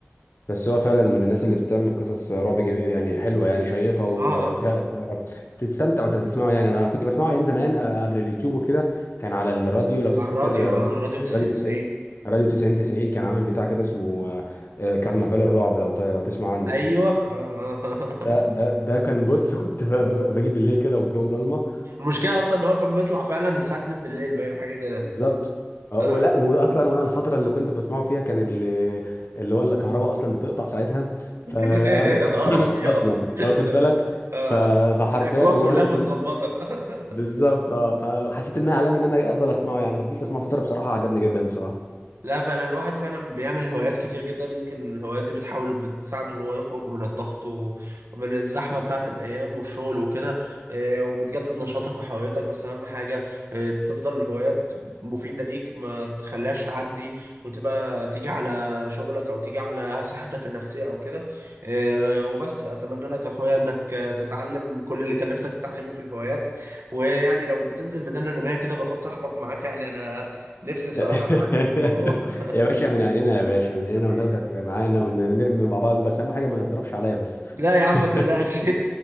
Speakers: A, on the left; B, on the right.
A: بس هو فعلا من الناس اللي بتعمل قصص رعب جميل يعني حلوه يعني شيقه و-
B: اه اه
A: وفيها اثاره تستمتع وانت بتسمعه يعني انا كنت بسمعه ايام زمان آه، قبل اليوتيوب وكده كان على الراديو لو تفتكر
B: على الراديو
A: راديو
B: اه راديو 90
A: راديو 90
B: 90
A: راديو 90 90 كان عامل بتاع كده اسمه آه، آه، كرنفال الرعب لو ت- لو تسمع عنه
B: ايوه آه آه.
A: ده ده ده كان بص كنت ب- ب- بجيب بالليل كده والجو ضلمه
B: <laughs> المشكله اصلا ان هو كان بيطلع فعلا الساعه 2 بالليل باين حاجه كده
A: بالظبط اه
B: آه.
A: ولا واصلا وانا الفتره اللي كنت بسمعه فيها كان اللي, اللي هو الكهرباء اصلا بتقطع ساعتها
B: <laughs>
A: ف <coughs> <clears throat>
B: يا نهار ابيض
A: اصلا انت
B: <laughs>
A: واخد بالك
B: آه.
A: ف... فحرفيا
B: الاجواء
A: وانا
B: كلها متظبطه
A: كنت
B: <laughs>
A: بالظبط اه فحسيت انها علامه ان انا افضل اسمعه يعني ففضلت اسمعه فتره بصراحه عجبني جدا بصراحه
B: لا فعلا الواحد فعلا بيعمل هوايات كتير جدا يمكن الهوايات دي بتحاول بتساعده ان هو يخرج من الضغط و- ومن الزحمه بتاعه الايام والشغل وكده آه، وبتجدد نشاطك وحيويتك بس اهم حاجه آه، تفضل الهوايات مفيده ليك ما تخليهاش تعدي وتبقى تيجي على شغلك او تيجي على صحتك النفسيه او كده آه، وبس اتمنى لك يا اخويا انك آه، تتعلم كل اللي كان نفسك تتعلمه في الهوايات ويعني لو بتنزل ميدان الرمايه كده باخد صاحبك معاك يعني انا نفسي بصراحة
A: <laughs>
B: اتعلم الموضوع
A: يا باشا من عينينا يا باشا من عينينا
B: <laughs> حبيبي
A: وناخدك
B: بس
A: معانا ونرمي مع بعض بس اهم حاجه ما تضربش عليا بس
B: لا يا عم
A: <laughs>
B: ما تقلقش